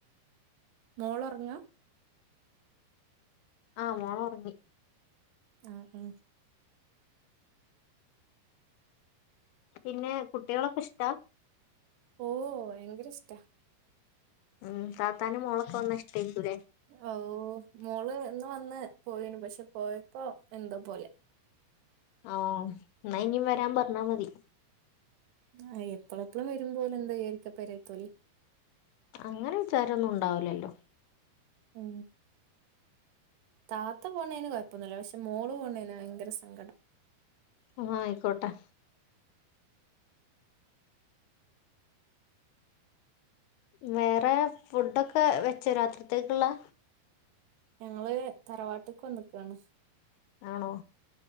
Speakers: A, on the right; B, on the left.
A: മോളൊറങ്ങ.
B: ആ. മോളറങ്ങി
A: ആഹ ആഹ
B: പിന്നെ. കുട്ടികളൊക്കെ ഇഷ്ടാ?
A: ഓ വയങ്കരഷ്ട.
B: ഉം താത്താനും മോളൊക്കെ വന്നാ ഇഷ്ടായിരിക്കൂല്ലേ
A: ഓ, മോള്ന്ന് ന്, പോയിന്നു, പക്ഷെ പോയപ്പോ എന്താ പോലെ.
B: ആഹ. എന്നാ ഇനിയും വരാൻ പറഞ്ഞാ മതി.
A: ആ, എപ്പള എപ്പള്ളു വരുമ്പോ എന്താചാരിക്ക പരത്തോല്.
B: അങ്ങനെ വിച്ചാരൊന്നും ഉണ്ടാവുലല്ലോ.
A: ഉ താത്ത പോണേന് കൊഴപ്പൊന്നുല്ല, പക്ഷെ, മോള് പോണേന ഭയങ്കര സങ്കടം.
B: ആ ആയിക്കോട്ടെ. വേറെ. ഫുഡൊക്കെ വെച്ചേ രാത്രിക്കത്തേക്കുള്ള.
A: ഞങ്ങള്. തറവാട്ട്ക്ക് വന്നക്കാണ്.
B: ആണോ?